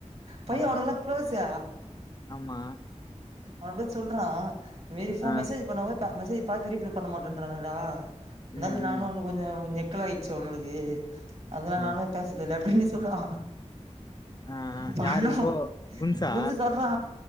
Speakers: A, on the right; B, on the left.
A: பையே
B: ஆ
A: அவனுங்கள்லா க்ளோஸு
B: ஆமா
A: அவன பத் சொல்றா மீறி ஃபோன்
B: ஆ
A: மெசேஜ் பண்ண <unintelligible> மெசே ப்பா திருப்பி பண்ண மாட்டேன்றானுங்கடா
B: ம்
A: னால நானு
B: ம்
A: உண்ணு கொஞ்சோ நெக்கல் ஆய்ச்சு அவன்ளுக்கு அதனால
B: ஆ
A: நானு பேசதில்ல அப்டின்னு சொல்றா
B: ஆ,
A: <unintelligible>
B: யாரு ஓ குன்ஸா
A: சொல்றா